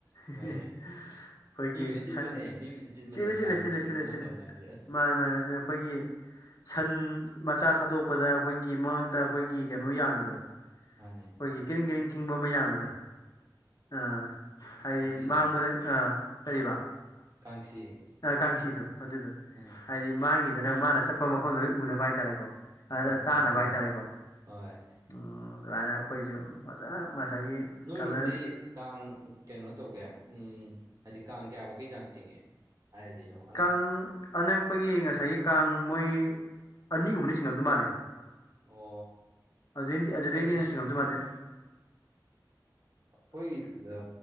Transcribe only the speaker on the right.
ꯍꯣꯏꯌꯦ ꯃꯤꯕꯨꯗꯤ ꯆꯤꯟꯕꯅꯦ
ꯃꯤꯕꯨꯗꯤ ꯆꯤꯟꯕꯅꯦ
ꯀꯥꯡ
ꯆꯤꯡꯕ
ꯃꯇꯝ ꯀꯥꯏꯁꯦ ꯑꯁ
ꯃꯥꯅꯦ
ꯀꯥꯡꯁꯤꯗꯣ
ꯀꯥꯡꯁꯤ꯫
ꯑꯥ
ꯑꯥ
ꯑꯥ ꯑꯥ
ꯍꯣꯏ
ꯅꯣꯏꯔꯣꯝꯗꯤ
ꯀꯥꯡ ꯀꯩꯅꯣ ꯇꯧꯒꯦ ꯎꯝ ꯍꯥꯏꯗꯤ ꯀꯥꯡ ꯀꯌꯥꯃꯨꯛꯀꯤ ꯆꯥꯡ ꯆꯤꯡꯉꯤ ꯍꯥꯏꯍꯜꯂꯤꯅꫭ꯫
ꯑꯣ
ꯑꯩꯈꯣꯏꯒꯤꯁꯨꯀꯣ
ꯑꯩꯈꯣꯏꯒꯤꯗ